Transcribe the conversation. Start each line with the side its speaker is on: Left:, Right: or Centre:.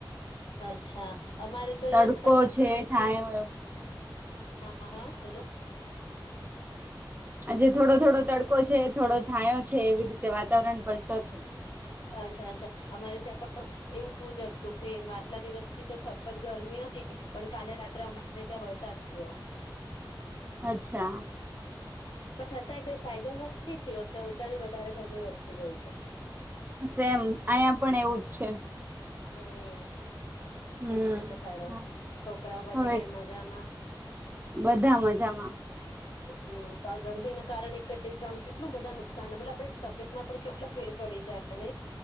Left: અચ્છા. અમારે તો અહં
Right: તડકો
Left: સખત
Right: છે
Left: ગરમી.
Right: છાયો
Left: હા હા બોલો.
Right: આજે
Left: શું
Right: થોડો
Left: કેવ
Right: થોડો તડકો છે થોડો છાંયો. છે એવી રીતે વાતાવરણ પલટો છે.
Left: અચ્છા અચ્છા અમારે ત્યાં પણ. એવું જ હત તો સેમ આટલા દિવસ. ી તો સખત ગરમી હતી પણ કાલે રાત્રે અમારે ત્યાં વરસાદ થયો.
Right: અચ્છા.
Left: અચ્છા ત કઈ. ફાયદો નથી થયો છે ઉલટાનીી. વધારે ગરમી વધતી ગઈ છે.
Right: સેમ અહીયા પણ એવું જ છે.
Left: હમ બીજું
Right: હમ
Left: પતાડો છોકરાઓ બધા
Right: હવે
Left: ક મજામાં.
Right: બધા મજામાં
Left: હમ તો આ ગરમી ના કારણે કઈ કામ કેટલું બધાનું. નુકસાનલે આપણી તબિયતમાં પણ કેટલી ફેર પડી જાય. એ ન.